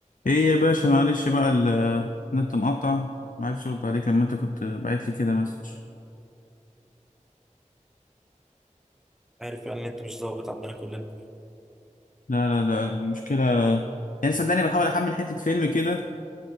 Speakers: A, on the left (about 80°); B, in the centre.
A: ايه يا باشا معلش بقى ال- النت مقطع ما عرفتش ارد عليك لما انت كنت باعت لي كده مسج
B: عارف يعني انت مش ظابط عندنا كلنا
A: لا لا لا المشكله يعني صدقني بحاول احمل حته فيلم كده